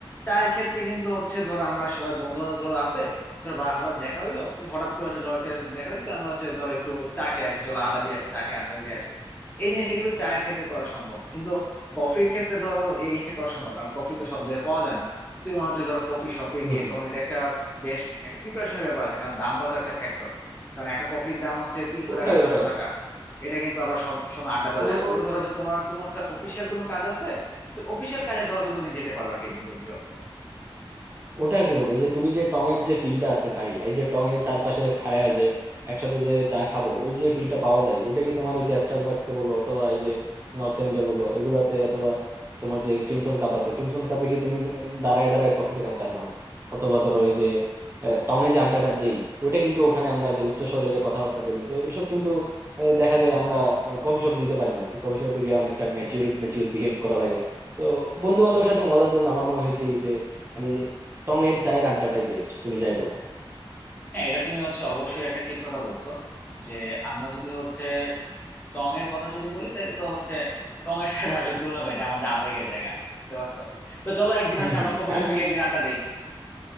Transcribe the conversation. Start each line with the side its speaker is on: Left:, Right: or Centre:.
Left: চায়ের ক্ষেত্রে কিন্তু হচ্ছে ধরো আমরা সবাই বন্ধু বান্ধব ধরো আছে ধরো বা- হঠাৎ দেখা হইলো তুমি হঠাৎ করে হচ্ছে ধরো কে- দেখা হইলো তো আমরা হচ্ছে ধরো একটু চা খেয়ে আসি চলো আড্ডা দিয়ে আসি চা খেয়ে আড্ডা দিয়ে আসি এই জিনিসটা কিন্তু চায়ের ক্ষেত্রে করা সম্ভব কিন্তু কফির ক্ষেত্রে ধরো এই জিনিসটা করা সম্ভব না, কারণ কফি তো সব জায়গায় পাওয়া যায় না তুমি হচ্ছে ধরো কফি শপে
Right: হম
Left: গিয়ে
Right: হম
Left: তখন এটা একটা বেশ একটা প্রিপারেশনের ব্যাপার আছে কারণ দামটাও তো একটা ফ্যাক্টর কারণ একটা কফির দাম হচ্ছে তিনশো
Right: ওটাই
Left: টাকা চারশো
Right: ওটাই
Left: টাকা এটা কিন্তু আবার সব সময় আড্ডা দেওয়া
Right: ওর-
Left: যায় না তবে
Right: ও-
Left: ধরো
Right: ও-
Left: যে তোমার কোনো একটা অফিসিয়াল কোনো কাজ আছে তো অফিসিয়াল কাজে ধরো তুমি ওদিন যেতে পারো আর কি একদিন কফি শপে
Right: ওটা আর কি বন্ধু ওই যে তুমি যে টং এর যে ফিলটা আছে ভাই এই যে টং এর চারপাশে খাড়ায় যে একসাথে যে চা খাবো ওই যে ফিলটা পাওয়া যায় ওইটা কি তোমার ওই যে স্টারবাকসে বলো অথবা এই যে নর্থ এন্ডে বলো এগুলাতে অথবা তোমার যে ক্রিমসন কাপ আছে ক্রিমসন কাপে কি তুমি দাঁড়ায় দাঁড়ায় কফি তো খাইতে পারবে না অথবা ধরো এই যে টং এ যে আড্ডাটা দেই ওইটা কিন্তু ওখানে আমরা যে উচ্চ স্বরে যে কথাবার্তা বলি তো এসব কিন্তু আহ, দেখা যায় আমরা মানে কফি শপে দিতে পারি না আর কি কফি শপে গিয়ে অনেকটা ম্যাচিওর ম্যাচিওর বিহেভ করা লাগে তো বন্ধু বান্ধবের সাথে মজার জন্য আমার মনে হয় কি যে মানে টং এর চায়ের আড্ডাটাই বেস্ট তুমি যাই বলো
Left: হ্যাঁ এটা তুমি হচ্ছে অবশ্যই একটা ঠিক কথা বলছো যে আমরা যদি হচ্ছে টং এর কথা যদি বলি তাহলে তো হচ্ছে টং এর সাথে আসলে তুলনা করি এটা আমাদের আবেগের জায়গা বুঝতে পারছো তো চলো একদিন
Right: হম
Left: হচ্ছে
Right: হম
Left: আমরা কফি
Right: আর
Left: শপে গিয়ে একদিন আড্ডা দিই